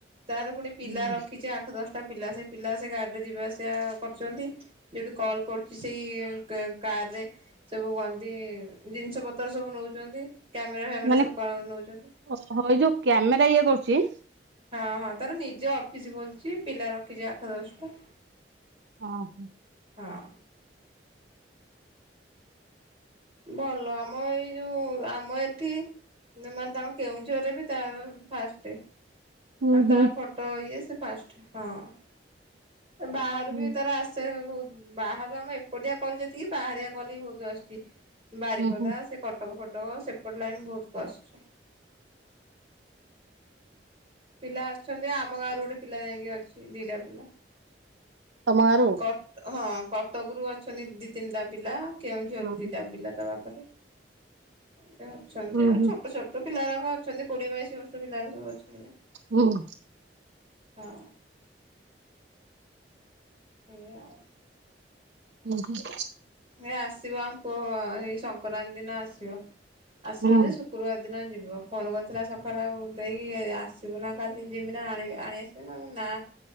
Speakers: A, on the right; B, on the right.
A: ତାର ପୁଣି ପିଲା
B: ହୁଁ।
A: ରଖିଛି ଆଠ ଦଶଟା ପିଲା ସେ ପିଲା ସେ ଗାଡ଼ିରେ ଯିବା ଆସିବା କରୁଛନ୍ତି। ଯୋଉଠି କଲ୍ ପଡୁଛି ସେଇ କେ କାରରେ ସବୁ କନତି ଜିନିଷ ପତ୍ର ସବୁ ନଉଛନ୍ତି। କ୍ୟାମେରା ଫ୍ୟାମେରା
B: ମାନେ
A: ସବୁ କ ନଉଛନ୍ତି।
B: ଓହୋ ଏଇ ଯୋଉ କ୍ୟାମେରା ଇଏ କରୁଛି।
A: ହଁ ହଁ ତାର ନିଜ ଅଫିସ ଖୋଲିଛି ପିଲା ରଖିଛି ଆଠ ଦଶଟା।
B: ହଁ ହଁ।
A: ହଁ। ଭଲ ଆମ ଏଇ ଯୋଉ ଆମ ଏଠି ମାନେ ତାଙ୍କ କେଉଁଝର ରେ ବି ତାର ଫାଷ୍ଟେ।
B: ହୁଁ
A: ମାନେ ତା
B: ହୁଁ।
A: ଫଟୋ ଇଏ ସେ ଫାଷ୍ଟ, ହଁ। ବାହାରୁ
B: ହୁଁ
A: ବି ତାର ଆସ୍ ସେ ବହୁତ ବାହାରୁ ଆମେ ଏପଟିଆ କଲ୍ ଯେତିକି, ବାହାରିଆ କଲ୍ ବି ବହୁତ ଆସୁଚି। ବାରିପଦା,
B: ହୁଁ
A: ସେ କଟକ, ଫଟକ ସେପଟ୍ ଲାଇନ୍ ବହୁତ କ ଆସୁଛି। ପିଲା ଅଛନ୍ତି, ଆମ ଗାଁରୁ ଗୋଟେ ପିଲା ଯାଇକି ଅଛି ଦିଟା ପିଲା।
B: ତମ ଗାଁରୁ!
A: କଟ୍ ହଁ କଟକରୁ ଅଛନ୍ତି ଦି ତିନିଟା ପିଲା। କେଉଁଝରରୁ
B: ହୁଁ
A: ଦିଟା ପିଲା ତା ପାଖେରେ। <unintelligible> ଅଛନ୍ତି
B: ହୁଁ
A: ଆଉ।
B: ହୁଁ।
A: ଛୋଟ ଛୋଟ ପିଲାଗୁରାକ ଅଛନ୍ତି କୋଡିଏ ବାଇଶି ବର୍ଷ ପିଲା ଗୁରା ସବୁ ଅଛନ୍ତି।
B: ହୁଁ
A: ହଁ। ଏଇଆ ଆଉ।
B: ଉ, ହୁଁ।
A: ଏ ଆସିବ ଆମ ପୁଅ ଏଇ ସଂକ୍ରାନ୍ତି ଦିନ ଆସିବ। ଆସିବ
B: ହୁଁ
A: ଯେ ଶୁକ୍ କ୍ରୁରୁବାର ଦିନ ଯିବ। ଫୋନ୍ କରିଥିଲା ସକାଳୁ ଆଉ ଦେଇ ଆସିବୁ ନା କାଲି <unintelligible> ନା ଆଣିବି ଆଣି ଆସି <unintelligible> ନାଁ